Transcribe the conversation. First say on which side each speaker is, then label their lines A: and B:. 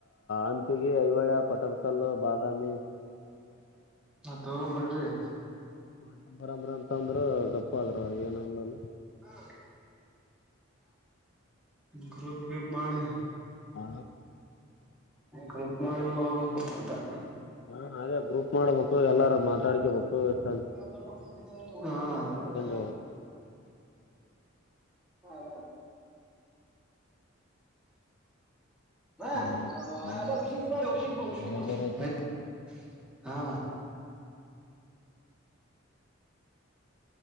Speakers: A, on the left; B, in the centre.
A: ಆತ್ಹೋಗಿ ಐವಳ ಪಟದಕಲ್ಲು ಬಾದಾಮಿ
B: ಮತ್ ಹಾಗೊಮ್ಮ ನೆಡೀರಿ
A: ಮಾಡ್ತ ಬರರ ಅಂತ ಅಂದ್ರರು ಗಪ್ಪ ಆದದ್ರರು ಏನಲ್ಲಲ್
B: ಹ್ಮ ಗ್ರೂಪ್ ಗಿಪ್ ಮಾಡಿ
A: ಹಾ
B: ಗ್ರೂಪ್ ಮಾಡ ಹೋಗ್ಬೇಕಪ್ಪ ಅದೇ
A: ಹ ಅದೇ ಗ್ರೂಪ್ ಮಾಡ್ಬೇಕು ಎಲ್ಲಾರು ಮಾತಾಡ್ಕಬೇಕು ಎಷ್ಟ
B: ು <unintelligible>
A: ಹೋಗ್ಬೇಕು
B: ಹಾದ ಹ <unintelligible> ಹ
A: ಈಗ ಮಳೆ
B: ಅದ ಹುಷಿ ಬ್ರ ಹುಸಿಗ್ಬ ಹುಸಿ
A: ಮಳೆ
B: ಕೂಡ
A: ಬೇರೆ ಐತೆ
B: ಆಯ್ತ ಹಾ